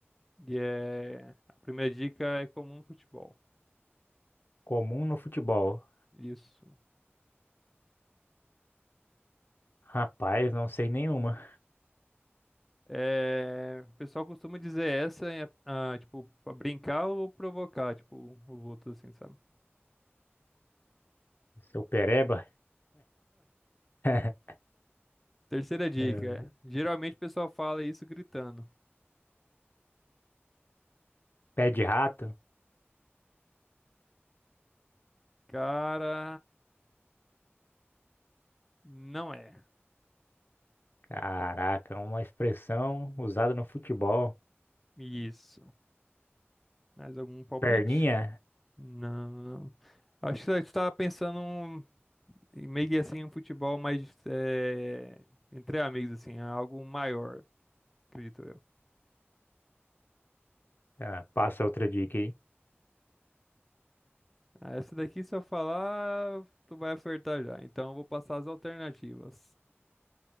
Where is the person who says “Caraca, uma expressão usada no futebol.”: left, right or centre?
Left